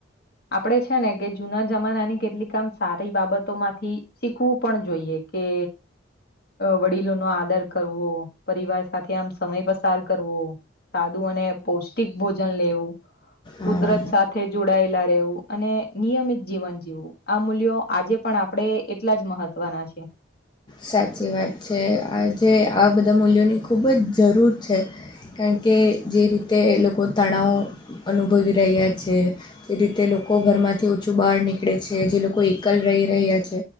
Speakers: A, on the left; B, on the left.
A: આપણે છે કે જૂના જમાનાની કેટલી કામ, સારી બાબતોમાંથી શીખવું પણ જોઈએ. કે વડીલો, નો આદર કરવો, પરિવાર સાથે આમ સમય પસાર કરવો, સાદું અને પૌષ્ટિક ભોજન લેવું
B: આ
A: કુદરત સાથે જોડાયેલા રહે, અને નિયમિત જીવન જીવવું આ મૂલ્યો આજે પણ આપણેે એટલા જ મહત્વના છે.
B: સાચી વાત છે, આજે આ બધા મૂલ્યોની ખૂબ જ જરૂર છે. કારણ કે જે રીતે લોકો તણાવ અનુભવી રહ્યા છે. જે રીતે લોકો ઘરમાંથી ઓછું બહાર નીકળે છે જે લોકો એકલ રહી રહ્યા છે.